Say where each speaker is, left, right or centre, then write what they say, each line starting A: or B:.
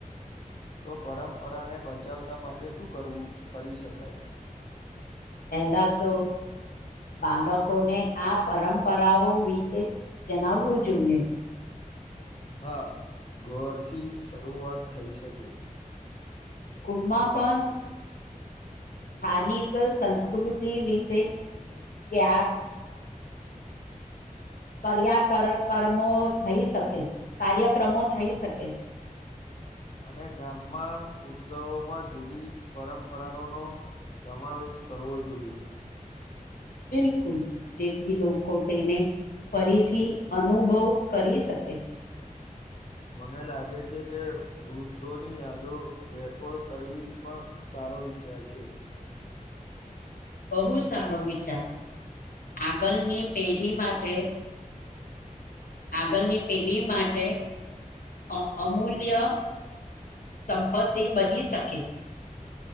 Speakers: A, on the left (about 45°); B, on the left (about 85°).
A: તો પરંપરાને બચાવતા માટે શું કરવું કરી શકાય?
B: પહેલા તો બાળકોને આ પરંપરાઓ વિશે જણાવવું જોઈએ
A: હા ઘરથી શરૂઆત થઈ શકે
B: સ્કૂલમાં પણ સ્થાનિક સંસ્કૃતિ વિશે ક્યાં કર્યા કર કર્મો થઈ શકે કાર્યક્રમો થઈ શકે
A: <unintelligible> અને ગામમાં ઉત્સવોમાં જૂની પરંપરાઓનો સમાવેશ કરવો જોઈએ
B: બિલકુલ જેથી લોકો તેને ફરીથી અનુભવ કરી શકે
A: મને લાગે છે કે વૃદ્ધોની યાદો રેકોર્ડ કરવી પણ શક સારો વિચાર છે
B: બહુ સારો વિચાર આગળની પેઢી માટે આગળની પેઢી માટે અમ અમૂલ્ય સંપત્તિ બની શકે